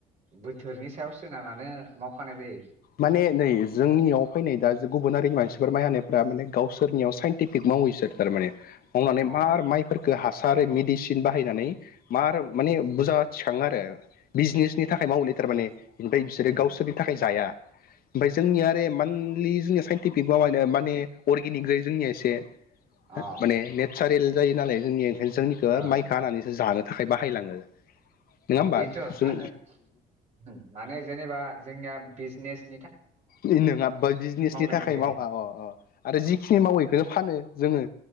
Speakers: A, on the right (about 45°); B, on the left (about 60°).
A: बोथोरनि सायाव सोनारानो मावखानाय जायो।
B: माने नै जोंनियाव फैनाय दा गुबुन हारिनि मानसिफोर माइ हानायफ्रा माने गावसोरनियाव साइन्टिफिक मावो इसोर थारमाने हमावनानै
A: अ
B: मार माइफोर खो हासार मेडिसिन बाहायनानै मार माने बुजा थिखाङो आरो बिजनेसनि थाखाय मावोलै थारमाने ओमफाय बिसोरो
A: उम
B: गावसोरनि थाखाय जाया। ओमफाय जोंनिया आरो एमान मुलि जोंनिया साइन्टिफिक माबानो माने अर्गेनिक जायो जोंनिया एसे
A: अ
B: माने ने सारेल जायो नालाय जोंनि जोंनिखो
A: ओं
B: माइखो हानानैसो जानो थाखाय बाहायलाङो नङा
A: अ
B: होमबा
A: बेथ' मा
B: जों
A: होनो उम माने जेनेबा जोंनिया बिजनेस
B: नोंङाबा बिजनेसनि
A: नागिर
B: थाखाय
A: जायोलै
B: मावा अ अ आरो जिखिनि मावो इखोनो फानो। जोङो